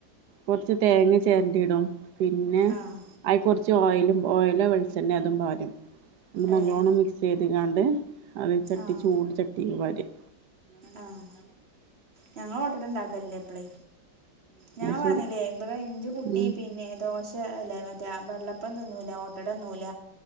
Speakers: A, on the right; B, on the right.
A: കൊറച്ച് തേങ്ങ ചേരണ്ടിടും പിന്നെ
B: ആഹ്
A: അയിക്ക് കുറച്ച് ഓയിലും ഓയിലോ വെളിച്ചണ്ണയോ അതും പാരും ന നല്ലോണ്ണം
B: ഏഹ്
A: മിക്സ് മിക്സ്ചെയ്തികാണ്ട് അത് ചട്ടി
B: ആഹ്
A: ചൂട് ചട്ടി വാരും
B: ആഹ് ഞങ്ങ ള്ഓട്ട ഇണ്ടാക്കലല്ലേ എപ്പളേ ഞങ്ങള്
A: ശരി
B: പറഞ്ഞില്ലേ ഇടെ ഇന്റെ കുട്ടി
A: ഉം,
B: പിന്നെ ദോശ അല്ല മറ്റേ വെള്ളപ്പംതിന്നൂല ഓട്ടട തിന്നൂല